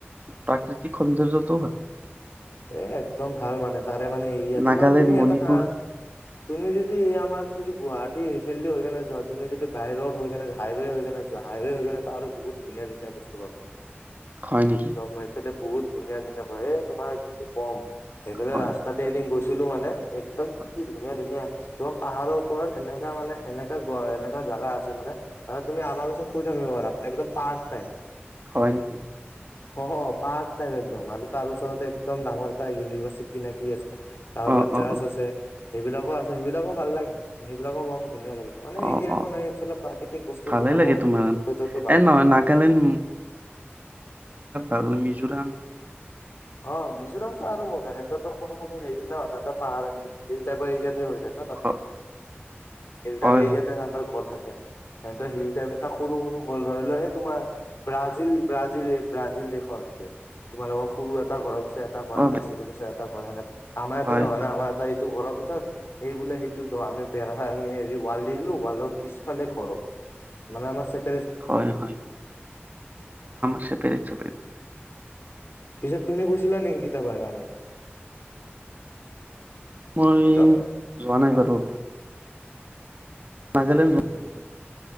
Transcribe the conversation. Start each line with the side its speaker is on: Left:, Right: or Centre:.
Right: প্ৰাকৃতিক সৌন্দৰ্য সৌন্দৰ্য্য
Left: এ, একদম ভাল মানে তাৰে মানে এৰিয়াটো, তোমাৰ
Right: নাগালেণ্ড
Left: তুমি
Right: মণিপুৰ
Left: এটা কা, তুমি যদি এ আমাৰ যিটো গুৱাহাটী সেইফিল্ডটো হৈ পিনে যোৱা, তুমি যদি বাই ৰ'ড হৈ পিনে, হাইৱে হৈ কেনে হাইৱে হৈ কিনে তাত আৰু বহুত ধুনীয়া, ধুনীয়া বস্তু পাবা।
Right: হয় নেকি
Left: অ' মই এইটোটে বহুত ধুনীয়, ধুনীয়া বহে এ তোমাৰ কি কম! সেফেলে
Right: হয়
Left: ৰাস্তাতে এদিন গৈছিলোঁ ছিলো মানে এক,।
Right: হয়
Left: কি ধুনীয়া ধুনীয়া,। তোমাৰ পাহাৰৰ ওপৰত এনেকা মানে এনেকা এনেকা জাগা আছে মানে, তাতে তুমি আৰাম শুই থাকিব পাৰা, একডম পাৰ্ক টাইপ।
Right: হয় নেকি?
Left: অ হ পাৰ্ক টাইপ,। একদম আৰু তাৰ ওচৰত এক,। ডাঙৰ এটা ইউনিভাৰ্চিটি নাকি আছে। তাৰপৰা
Right: অ অ
Left: চাৰ্চ
Right: অ
Left: আছে। সেইবিলাকো আছে, সেইবিলাকো ভাল লাগে। সেইবিলাকো গৰম ধুনীয়া লাগিছে, মানে
Right: অ
Left: এৰিয়াখন
Right: অ
Left: এইফালে প্ৰাকৃতিক বস্তুবিলাক
Right: ভালে লাগে
Left: বম
Right: তোমাৰ
Left: যটো ভাল।
Right: এ নহয় নাগালেণ্ড আৰু মিজোৰাম।
Left: অ মিজোৰামতো আৰু মজা, সিহঁতো সৰু সৰু গিল ন ততে পাহাৰ আহ তাৰপ পৰা এইয়াতে হৈ যায়।
Right: হয়
Left: এৰিয়াতে
Right: হয় হয়
Left: তৰ ঘৰ থাকে। স শিল টাইপ এটা সৰু সৰু ৱৰ্ল্ড ধৰি লোৱা, সেই তোমাৰ ব্ৰাজিল ব্ৰাজিল ব্ৰাজিল দেশত যে তোমাৰ লগক,। সৰু এটা ঘৰৰ। এটা ক
Right: অ
Left: এটা বহিলো পিছত। কৰে ন। আমাৰ ইয়তে
Right: হয়
Left: নহয়
Right: হয়
Left: ন, আমাৰ এ এইটো ঘৰৰ। সেইবোলে সেইটো ধৰ, আমি বেৰা আমি হেৰি ৱাল দি দিলো, ৱালৰ পিছফালে কৰো। মানে আমাৰ চে -।
Right: হয় হয়, চেপাৰেত চেপাৰেত।
Left: পিছত তুমি গৈছিলা নেকি কেতিয়াবা নাগালেণ্ড?
Right: মই
Left: হেল্ল'
Right: যোৱা নাই বাৰু। নাগালেণ্ড যোৱা
Left: উম।